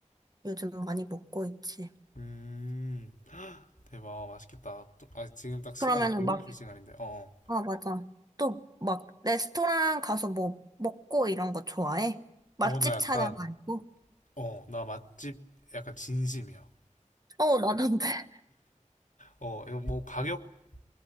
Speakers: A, on the right; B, on the left.
A: 요즘 많이 먹고 있지.
B: 음. <gasps> 헉, 대박, 맛있겠다. 또, 아, 지금 딱 시간이
A: 그러면은
B: 배고플
A: 막,
B: 시간인데. 어,
A: 아, 맞아. 또 막 레스토랑 가서 뭐 먹고 이런 거 좋아해? 맛집
B: 어, 나 약간
A: 찾아가고?
B: 어, 나 맛집 약간 진심이야.
A: 어, 나도인데. <laughs>
B: 어, 이거 뭐 가격이랑